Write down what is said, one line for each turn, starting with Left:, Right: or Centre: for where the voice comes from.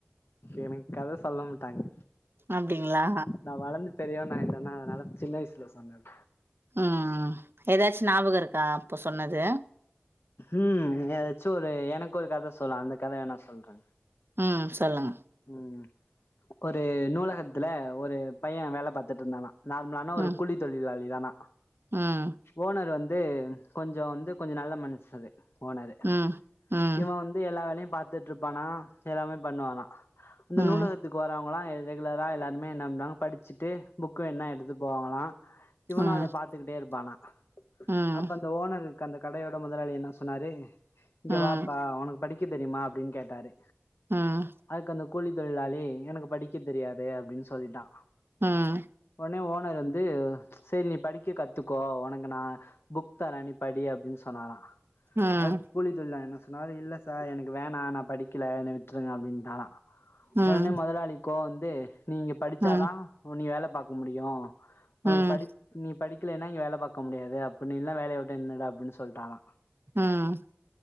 Left: எனக்கு கத சொல்ல மாட்டாங்க
Right: அப்படிங்களா?
Left: நா வளந்து பெரியவனாய்ட்டன்னா அதனால சின்ன வயசுல சொன்னது
Right: ம். ஏதாச்சும் ஞாபகம் இருக்கா அப்போ சொன்னது
Left: ம் ஏதாச்சும் ஒரு எனக்கு ஒரு கத சொல்லா அந்த கத வேணா சொல்றே
Right: ம் சொல்லுங்க
Left: ம் ஒரு நூலகத்துல ஒரு பைய வேல பாத்துட்ருந்தானா நார்மலான ஒரு
Right: ம்.
Left: கூலி தொழிலாளி தானா
Right: ம்.
Left: ஓனர் வந் து கொஞ்சம் வந்து கொஞ்சம் நல்ல மனுசரு ஓனரு
Right: ம். ம்.
Left: இவன் வந்து எல்லா வேலையு பாத்துட்டு இருப்பானா எல்லாமே பண்ணுவானா அந்த
Right: ம்.
Left: நூலகத்துக்கு வரவங்களா ரெகுலரா எல்லாருமே என்ன பண்ணுவாங்க படிச்சுட்டு புக் வேணுனா எடுத்து போவாங்களலா இவனு
Right: ம்.
Left: அத பாத்துக்கிட்டே இருப்பானா
Right: ம்.
Left: அப்ப அந்த ஓனர்ரு க அந்த கடையோட முதலாளி என்ன சொன்னாரு இங்க
Right: ம்.
Left: வாப்பா உனக்கு படிக்க தெரியுமா அப்டின்னு கேட்டாரு
Right: ம்
Left: அதுக்கு அந்த கூலி தொழிலாளி எனக்கு படிக்க தெரியாதே அப்டின்னு சொல்லிட்டா
Right: ம்
Left: உடனே ஓனர் வந்து சேரி நீ படிக்க கத்துக்கோ உனக்கு நா புக் தரே நீ படி அப்டின்னு சொன்னாராம்
Right: ம்.
Left: அதுக் கூலி தொழிலாளி என்ன சொன்னாரு இல்ல சார் எனக்கு வேணா நா படிக்கல என்ன விட் ட்ருங்க அப்டின்டாரா
Right: ம்
Left: உடனே மொதலாளி கோவம் வந்து நீ இங்க படிச்சாதா
Right: ம்
Left: உ நீ வேல பாக்க முடியு உனக்கு
Right: ம்
Left: படிப்பு நீ படிக்கலேன்னா இங்க வேலை பாக்க முடியாது அப்ப நீ இல்லனா வேலைய விட்டு நின்னுடு அப்டின்னு சொல்லிட்டாரா
Right: ம்